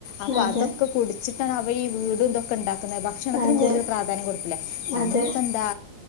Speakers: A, on the left; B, on the left.
A: അപ്പൊ
B: അതെ
A: അതൊക്കെ കു ചിട്ടാണ് അവ ഈ വീടും ഇന്തൊക്കെ ഉണ്ടാക്ക ഭക്ഷണത്തിന്
B: അതെ
A: കൂടുതൽ പ്രാധാന്യം കൊടുക്കില്ല നമ്മളിപ്പ
B: അതെ
A: എന്താ